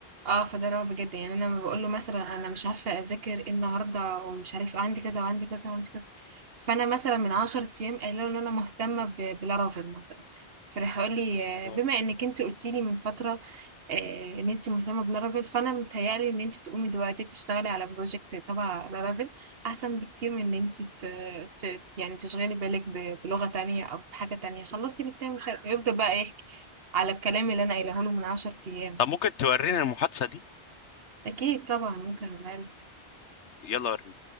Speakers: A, on the right (about 60°); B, on the left (about 80°).
A: اه فده اللي هو بجد يعني انا لما بقول له مثلا انا مش عارفه اذاكر ايه النهارده ومش عارفه عندي كذا وعندي كذا وعندي كذا فانا مثلا من 10 ايام قايله له ان انا مهتمه ب- بلارافيل مثلا فراح يقول لي آه،
B: آه.
A: بما انك انت قلتي لي من فتره آه، ان انت مهتمه بلارافيل فانا متهيألي ان انت تقومي دلوقتي تشتغلي على بروجكت تبع لارافيل احسن بكتير من ان انت ت... ت... يعني تشغلي بالك ب... بلغه تانية او بحاجه تانية خلصي الاتنين مش عارفة- يفضل بقى يحكي على الكلام اللي انا قايله له من 10 ايام
B: طب ممكن توريني المحادثة دي
A: أكيد طبعا ممكن أقولها لك
B: يلا وريني